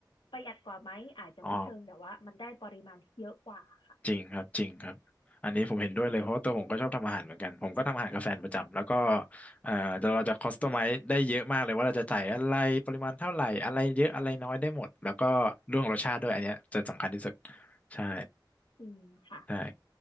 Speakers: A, on the left; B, on the left.
A: ประหยัดกว่าไหมอาจจะไม่เชิงแต่ว่ามันได้ปริมาณที่เยอะกว่าค่ะ
B: อ๋อ จริงครับจริงครับอันนี้ผมเห็นด้วยเลยเพราะว่าตัวผมก็ชอบทำอาหารเหมือนกันผมก็ทำอาหารกับแฟนประจำแล้วก็เอ่อเราจะคอสตอมไมซ์ได้เยอะมากเลยว่าเราจะใส่อะไรปริมาณเท่าไหร่อะไรเยอะอะไรน้อยได้หมดแล้วก็เรื่องรสชาติด้วยอันเนี้ยจะสำคัญที่สุดใช่
A: จริงค่ะ
B: ใช่